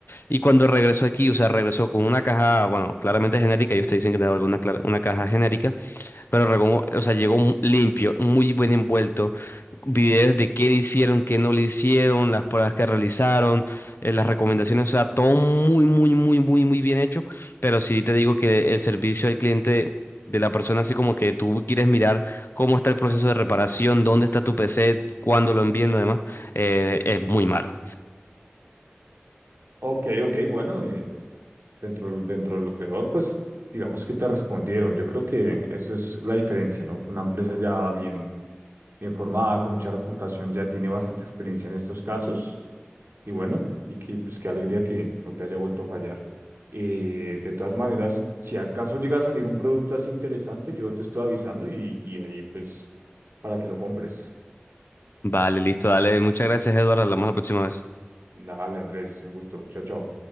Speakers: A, on the left (about 60°); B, on the right (about 60°).
A: y cuando regresó aquí, o sea, regresó con una caja, bueno, claramente genérica, ellos te dicen que era alguna, clara- una caja genérica, pero Ragón, o sea, llegó mu- limpio, muy bien envuelto. Videos de qué le hicieron, qué no le hicieron, las pruebas que realizaron, eh, las recomendaciones, o sea, todo muy, muy, muy, muy, muy bien hecho. Pero sí te digo que el servicio al cliente de la persona, así como que tú quieres mirar cómo está el proceso de reparación, dónde está tu PC, cuándo lo envíen, lo demás, eh, es muy malo.
B: ok, ok, bueno, eh, dentro, dentro de lo peor, pues digamos que te respondieron. Yo creo que eso es la diferencia, ¿no? Que Una empresa ya bien, bien formada, con mucha reputación, ya tiene bastante experiencia en estos casos Y bueno, y que, pues qué alegría que no te haya vuelto a fallar. Eh, de todas maneras, si al caso llega a salir un producto así interesante, yo te estoy avisando y, y ahí pues para que lo compres.
A: Vale, listo, dale. Muchas gracias, Eduardo. Hablamos la próxima vez.
B: Dale, Andrés, un gusto. Chao, chao.